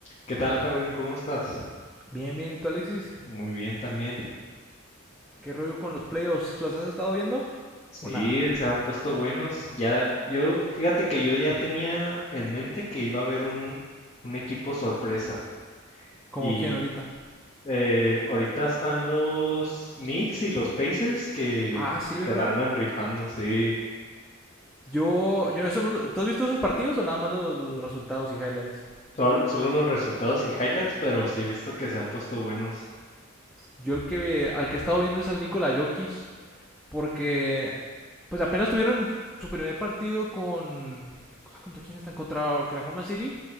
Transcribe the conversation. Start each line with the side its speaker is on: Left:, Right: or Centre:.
Left: ¿Qué tal, Jabrín? ¿Cómo estás?
Centre: Bien, bien. ¿Y tú, Alexis?
Left: Muy bien también.
Centre: ¿Qué rollo con los playoffs? ¿Los has estado viendo
Left: Sí,
Centre: o nada?
Left: se han puesto buenos. Ya, yo, fíjate que yo ya tenía en mente que iba a haber un, un equipo sorpresa.
Centre: ¿Como
Left: Y
Centre: quién ahorita?
Left: eh, ahorita están los Knicks y los Pacers que
Centre: Ah, sí, ¿verdad?
Left: se la andan rifando, sí.
Centre: Yo, yo eso no- ¿tú has visto esos partidos o nada más los, los resultados y highlights?
Left: Sol- solo los resultados y highlights, pero sí he visto que se han puesto buenos.
Centre: Yo el que ve al que he estado viendo es al Nikola Jokic porque pues apenas tuvieron su primer partido con ah, ¿contra quién están? Contra Oklahoma City